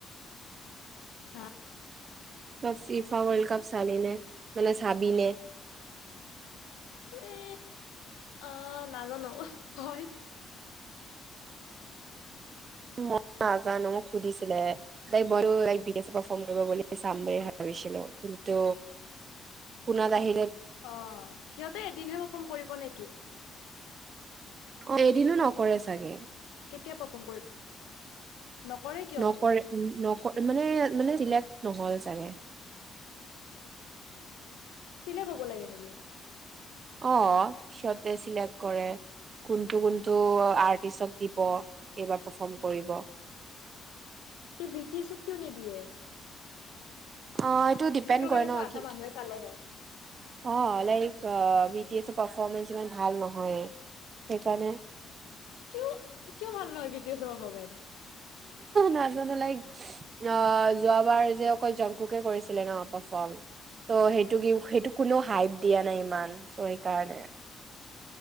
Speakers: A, on the left (about 85°); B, on the right (about 50°).
A: হা
B: ত ফিফা ৰ্ল্ড কপ চালিনে মানে চাবিনে?
A: এ অ নাজানো। তই?
B: ম‌ই নাজানো মোক সুধিছিলে। তাই ব বি পাৰ বুলি চাম ভাবিছিলো কিন্তু শুনাত আহি
A: অ সিহঁতে এদিনহে পাৰফৰ্ম কৰিব নেকি?
B: অ এদিনো নকৰে চাগে।
A: কেতিয়া পাৰ্ফৰ্ম কৰিব? নকৰে কিয়
B: নকৰে উম নক- মানে মানে চিলেক্ট নহল চাগে।
A: চিলেক্ট হব লাগে নেকি?
B: অ সিহঁতে চিলেক্ট কৰে কোনটো কোনটো আৰ্টিষ্টক দিব এইবাৰ পাৰফৰ্ম কৰিব।
A: তে বি টি এছক কিয় নিদিয়ে
B: অ এইটো ডিপেণ্ড
A: সেইটোৰ কাৰণে
B: কৰে ন
A: চোন আধা
B: কি
A: মানুহে চালে হয়
B: অ লাইক অঁ পাৰফৰ্মেন্ঞ্চ ইমান ভাল নহয় সেইকাৰণে
A: কিয় কিয় ভাল নহয় বি টি এছ পাৰফৰ্মেন্ঞ্চ
B: নাজানো লাইক আহ যোৱাবাৰ যে অকল জংকুকে কৰিছিলে ন পাৰফৰ্ম ত' সেইটো সেইটো কোনো হাইপ দিয়া নাই ইমান চ' সেইকাৰণে।